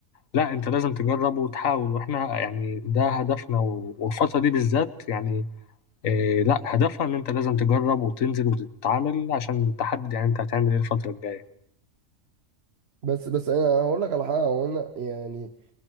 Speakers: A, on the left; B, on the right.
A: لا أنت لازم تجرب وتحاول وإحنا يعني ده هدفنا و- والفترة دي بالذات يعني آه، لا هدفها إن أنت لازم تجرب وتنزل وتتعامل عشان تحدد يعني أنت هتعمل إيه الفترة الجاية
B: بس بس انا هقول لك على حاجه هو انا يعني